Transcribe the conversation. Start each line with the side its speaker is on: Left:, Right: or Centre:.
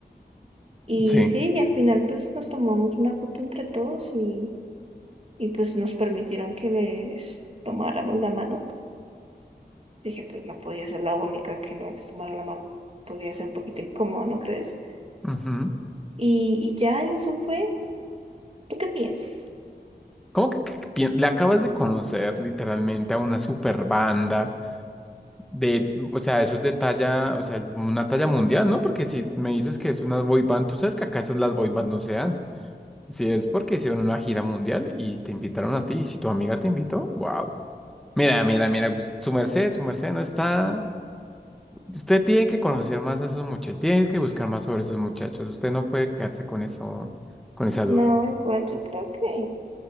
Right: Y
Centre: Sí.
Right: sí, y al final pues nos tomamos una foto entre todos y, y pues nos permitieron que les tomáramos la mano. Dije, pues no podía ser la única que no les tomara la mano. Podía ser un poquito incómodo, ¿no crees?
Centre: Ujú.
Right: Y, y ya, y eso fue. ¿Tú qué piensas?
Centre: ¿Cómo que, que- que pien- le acabas de conocer literalmente a una super banda de, o sea, eso es de talla, o sea, una talla mundial, ¿no? Porque si me dices que es una boy band, tú sabes que acá esas las boy band no se dan. Si es porque hicieron una gira mundial y te invitaron a ti, y si tu amiga te invitó, wow. Mira, mira, mira, pues, su merced, su merced no está. Usted tiene que conocer más a esos muchachos, tiene que buscar más sobre esos muchachos. Usted no puede quedarse con eso, con esa
Right: No,
Centre: duda.
Right: igual yo creo que